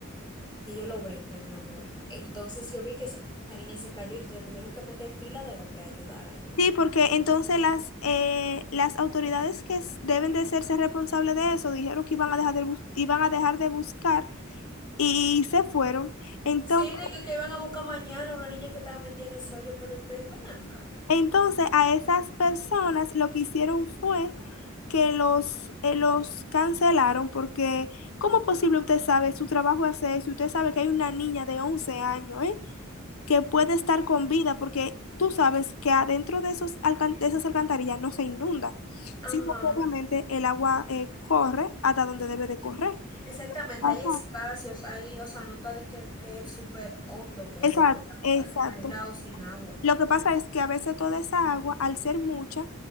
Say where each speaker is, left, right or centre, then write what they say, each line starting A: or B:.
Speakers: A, on the left (about 20°); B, on the left (about 80°).
A: Y ellos lo venden, mi amor. Entonces yo vi que esa niña se cayó y se tuvieron que meter pila de hombre a ayudarla.
B: Sí, porque entonces las, eh, las autoridades que s- deben de hacerse responsables de eso dijeron que iban a dejar de, bus- iban a dejar de buscar y se fueron. Entonces,
A: Sí, de que, que iban a buscar mañana una niña que estaba metida en ese hoyo, pero, pero ven acá.
B: Entonces, a esas personas lo que hicieron fue que los, eh, los cancelaron porque, ¿cómo es posible usted sabe su trabajo hace eso? y Usted sabe que hay una niña de 11 años, ¿eh? que puede estar con vida porque tú sabes que adentro de, esos alcan- de esas alcantarillas no se inunda, sino
A: Ajá.
B: que obviamente el agua eh, corre hasta donde debe de correr.
A: Exactamente,
B: Ajá.
A: hay espacios ahí, o sea, no está de que, que es súper hondo que ya
B: Exacto,
A: se puede
B: exacto.
A: actuar, aislado sin agua.
B: Lo que pasa es que a veces toda esa agua, al ser mucha,